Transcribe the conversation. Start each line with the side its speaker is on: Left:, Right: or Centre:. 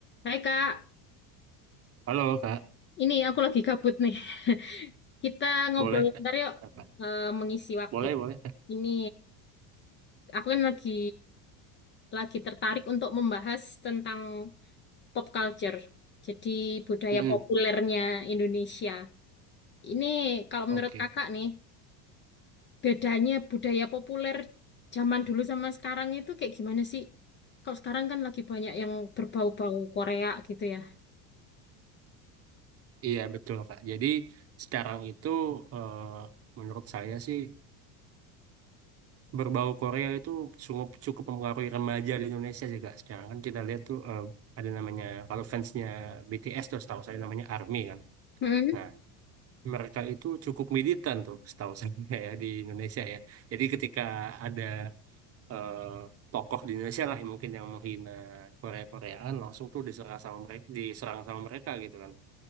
Left: Hai Kak,
Right: Halo Kak,
Left: ini aku lagi kabut nih. <laughs> Kita ngobrol
Right: boleh Kak?
Left: bentar yuk,
Right: Apa?
Left: eh, mengisi waktu.
Right: Boleh, boleh Kak.
Left: Ini aku kan lagi lagi tertarik untuk membahas tentang pop culture. Jadi budaya
Right: Mm-mm.
Left: populernya Indonesia. Ini kalau
Right: Oke,
Left: menurut Kakak nih, bedanya budaya populer zaman dulu sama sekarang itu kayak gimana sih? Kalau sekarang kan lagi banyak yang berbau-bau Korea gitu ya.
Right: Iya betul Kak. Jadi sekarang itu eh, menurut saya sih berbau Korea itu sungguh cukup mempengaruhi remaja di Indonesia sih Kak. Sekarang kan kita lihat tuh eh, ada namanya kalau fansnya BTS tuh setahu saya namanya ARMY kan.
Left: Hmm,
Right: Nah mereka itu cukup militan tuh setahu saya <laughs> ya di Indonesia ya. Jadi ketika ada eh, tokoh di Indonesia lah yang mungkin yang menghina Korea-Koreaan langsung tuh diserang sama mereka diserang sama mereka gitu kan